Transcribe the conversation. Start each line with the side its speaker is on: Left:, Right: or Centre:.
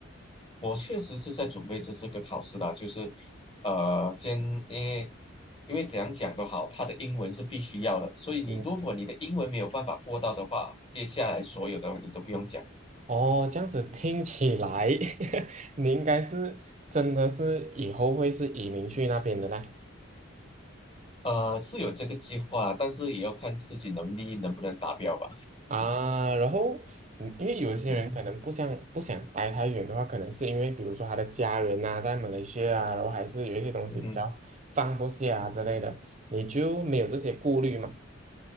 Left: 我确实是在准备这这个考试啦，就是，呃，先因为因为怎样讲都好，他的英文是必须要的，所以你如果你的英文没有办法过到的话，
Right: 嗯
Left: 接下来所有的你都不用讲。
Right: 哦，这样子听起来，<laughs> 你应该是真的是以后会是移民去那边的啦。
Left: 呃，是有这个计划，但是也要看自己能力能不能达标吧。
Right: 啊，然后，嗯因为有一些人可能不想不想待太远的话，
Left: 嗯
Right: 可能是因为比如说他的家人啊在马来西亚啊，然后还是有一些东西比较放不下啊之类的，
Left: 嗯。嗯
Right: 你就没有这些顾虑嘛？